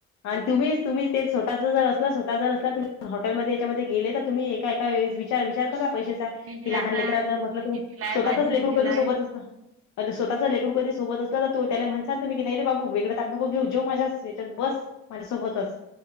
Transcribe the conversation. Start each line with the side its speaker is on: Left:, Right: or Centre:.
Left: आणि तुम्हीच तुम्ही ते स्वतःच जर असलं स्वतः ज असला. त हॉटेलमध्ये याच्यामध्ये गेले तर तुम्ही एका एका- जरा विचार करा पैशाचा
Right: विचारतात
Left: कि लहान लेकरांचा
Right: की
Left: म्हटलं
Right: पोळी
Left: तुम्ही
Right: कितीला आहे
Left: स्वतःच
Right: भाजी
Left: लेकरू
Right: कितीला
Left: कधी
Right: आहे.
Left: सोबत असणार. अरं! स्वतःचे लेकरू कधी सोबत असलं तर तुम्ही त्याला म्हणचाल, तुम्ही नाही रे बाबू वेगळं ताट नको घेऊ, जेव माझ्याच हयाच्यात बस. माझ्यासोबतच